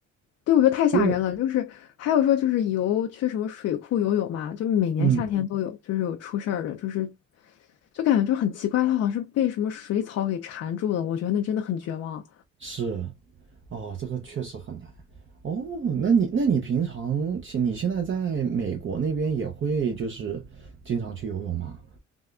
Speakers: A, on the left; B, on the right.
A: 对，我觉得太吓人了。
B: 有一种
A: 就是还有说就是游去什么水库游泳嘛，就每年夏天都有，
B: 嗯
A: 就是有出事儿的，就是就感觉就很奇怪，它好像是被什么水草给缠住了。我觉得那真的很绝望。
B: 是哦，这个确实很难。哦，那你那你平常其你现在在美国那边也会就是经常去游泳吗？